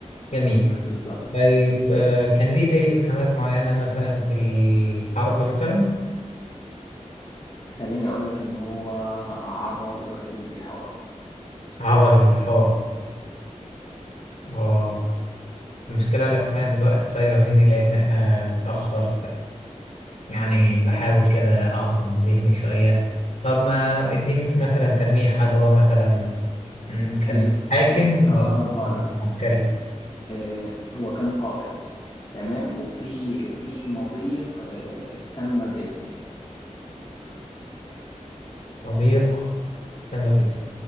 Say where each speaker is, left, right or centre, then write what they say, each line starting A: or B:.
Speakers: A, on the left; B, on the left.
A: جميل
B: بالظبط
A: طيب آه، كان ليه أي إسهامات معينة مثلا في الحرب مثلا
B: خليني أقول لك إن هو عبر البحار
A: عبر البحار اه المشكلة الأسماء دلوقتي طايرة مني لأن إحنا متأخر يعني بحاول كده أعصب ذهني شوية طب ما إديني مثلا تلميح هل هو مثلا م، كان
B: طيب
A: حاكم
B: <clears throat>
A: ولا
B: هقربها لك
A: عسكري
B: آه، هو كان قائد تمام وفي وفي مضيق آه، اتسمى باسمه
A: مضيق سمى باسمه